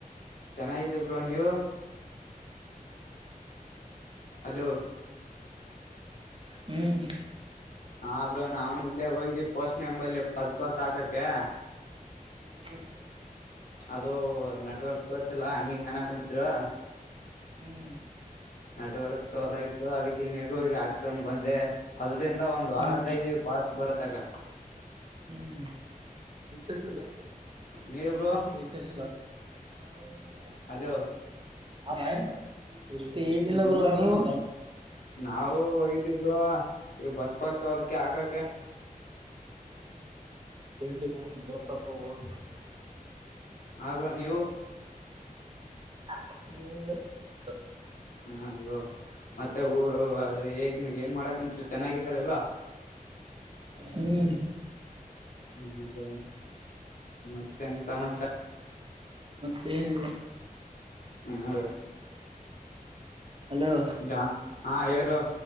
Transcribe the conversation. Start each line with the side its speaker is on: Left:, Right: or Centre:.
Left: ಚೆನ್ನಾಗಿದೆ ಬ್ರೋ ಬ್ರೋ ನೀವು ಹಲೋ
Right: ಹ್ಮ್
Left: ಹ ಬ್ರೋ ನಾವನ್ ಇಲ್ಲೇ ಹೋಗಿದೀವಿ ಪೋಸ್ಟ್ ಮ್ಯಾನ್ ಬಲ್ಲಿ ಬಸ್ ಪಾಸ್ ಹಾಕಕ್ಕೆ
Right: ಹ್ಮ ಮತ್ತೆ
Left: ಅದು ನೆಟ್ವರ್ಕ್ ತೋತಿಲ್ಲ ಹಂಗ ಹಿಂಗ ಅನಕುಂತಿರು
Right: ಹ್ಮ್
Left: ನೆಟ್ವರ್ಕ್ ತೋಲಾಗಿತ್ತು ಅದಕ್ಕೆ ಹಿನ ಈಗ ಹೋಗಿ ಹಾಕ್ಸೋನ ಬಂದೆ ಅದ್ರಿಂದ ಒಂದ್ ವಾರ
Right: ಹ್ಮ್
Left: ಕಾಯಿದಿವಿ ಪಾಸ್ ಬರಾತ್ತಕ
Right: ಹ್ಮ್ ರೀಚಾರ್ಜ್ ಇಲ್ಲ
Left: ನೀವ ಬ್ರೋ
Right: ಇದಕ್ಕ ರೀಚಾರ್ಜ್ ಇಲ್ಲೊ ಹಾ ಏನಿಲ್ಲ
Left: ಅಲೋ
Right: ಆದ ಇಲ್ಲ ತ್ತೇನಿಲ್ಲ ಬ್ರೋ ನೀವು
Left: ನಾವು ಹೋಗಿದ್ಯೋವ ಬ್ರೋ ಇದು ಬಸ್ ಪಾಸ್ ಅದಕ್ಕೆ ಹಾಕಾಕ್
Right: <inaudible> ತಿಂಡಿ ಏನೋ ಬತ್ತಪ್ಪ ಹೋಗತೇನ್
Left: ಹಾ ಬ್ರೋ ನೀವು
Right: <unintelligible>
Left: ಹಾ ಬ್ರೋ ಮತ್ತೆ ಊರು ಏನ್ ಮಾಡಕತ್ತಿ ಚೆನ್ನಾಗಿದ್ದೀರಲ್ಲೋ
Right: ಹೂ
Left: <unintelligible> ಮತ್ತೇನ ಸಮಾಚಾರ
Right: ಮತ್ತೆ ನಿಲ್ಲ
Left: ಹೂ
Right: ಹಲೋ
Left: ಡಾನ ಹಾ ಹೇಳ ಬ್ರೋ.